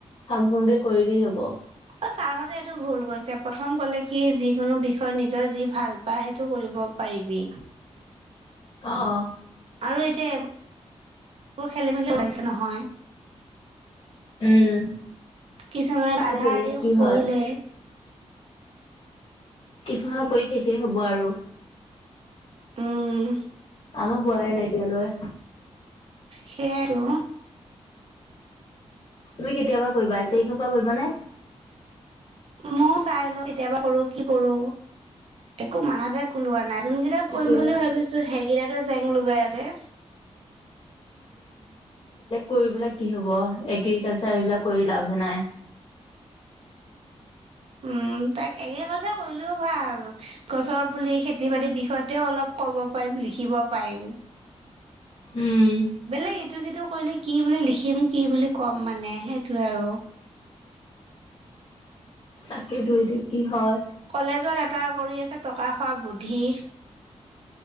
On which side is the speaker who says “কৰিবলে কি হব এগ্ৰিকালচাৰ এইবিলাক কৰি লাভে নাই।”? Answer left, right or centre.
Left